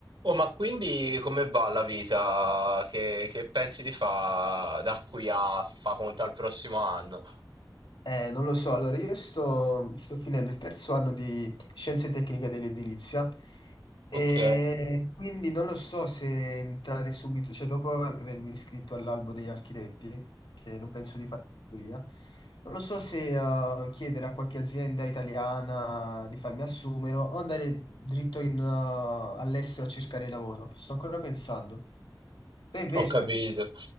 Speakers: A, on the right; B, on the left.
A: Oh, ma quindi come va la vita? Che, che pensi di fare da qui a fa conto al prossimo anno?
B: Eh, non lo so, allora io sto, sto finendo il terzo anno di Scienze Tecniche dell'Edilizia e
A: Ok.
B: quindi non lo so se entrare subito, cioè dopo avermi iscritto all'albo degli architetti, che non penso di fare ingegneria, non lo so se eh, chiedere a qualche azienda italiana di farmi assumere o andare dritto in, eh, all'estero a cercare lavoro. Sto ancora pensando. Te invece?
A: Ho capito.